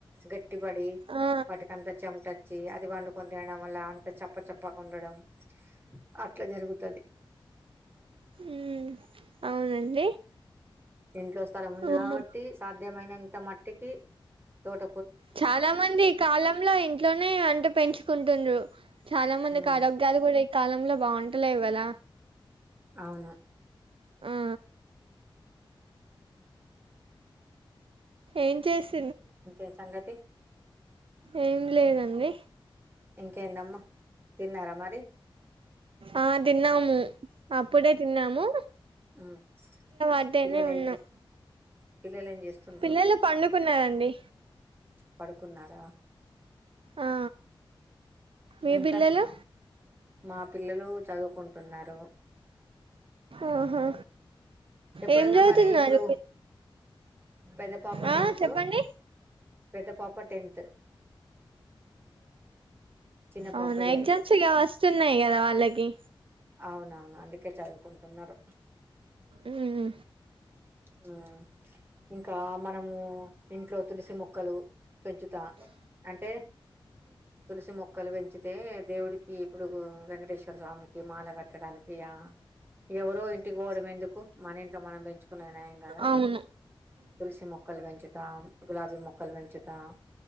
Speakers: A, on the right; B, on the right.
A: గట్టి పడి
B: ఆ
A: వాటిక అంత చెమట వచ్చి అది పండు కొని తినడం వల్ల అంత చప్ప చప్పక ఉండడం అట్లా జరుగుతుది
B: ఉ అవునండి
A: ఇంట్లో స్థలం ఉంది
B: ఉమ్
A: కాబట్టి సాధ్యమైనంత మట్టికి తోట
B: చాలా మంది ఈ కాలంలో ఇంట్లోనే వంట పెంచుకుంటుండ్ర చాలా మందికి
A: ఉమ్
B: ఆరోగ్యాలు కూడా ఈ కాలంలో బాగుంటలేవు కదా
A: అవును
B: ఆ ఏం చేసి
A: ఓకే సంగతి
B: ఏం లేదండి
A: ఇంకేందమ్మా తిన్నారా మరి
B: ఆ తిన్నాము అప్పుడే తిన్నాము
A: ఉమ్
B: అద్దేనే
A: పిల్లలు
B: ఉన్న
A: ఏం చేస్త పిల్లలు ఏం చేస్తుండ్రు
B: పిల్లలు పండుకున్నారండి
A: పడుకున్నారా
B: ఆ మీ
A: ఇంకా
B: పిల్లలు
A: మా పిల్లలు చదువుకుంటున్నారు
B: ఆహా
A: ఎప్పుడన్నా
B: ఏం చదువుతున్నారు
A: మరి ఇప్పుడు పెద్ద పాప
B: ఆ
A: టెన్త్
B: చెప్పండి
A: పెద్ద పాప టెన్త్ చిన్న
B: అవునా
A: పాప
B: ఎగ్జామ్స్గా
A: ఎయిత్
B: వస్తున్నాయి కదా వాళ్ళకి
A: అవునవును అందుకే చదువుకుంటున్నారు
B: యూ
A: యూ ఇంకా మనము ఇంట్లో తులసి మొక్కలు పెంచుతా అంటే తులసి మొక్కలు పెంచితే దేవుడికి ఇప్పుడు వెంకటేశ్వర స్వామి మాల కట్టడానికి ఆ ఎవరో ఇంటికి పోవడం ఎందుకు మన ఇంట్లో మనం పెంచు కునేది కదా
B: అవును
A: తులసి మొక్కలు పెంచుతాం గులాబీ మొక్కలు పెంచుతా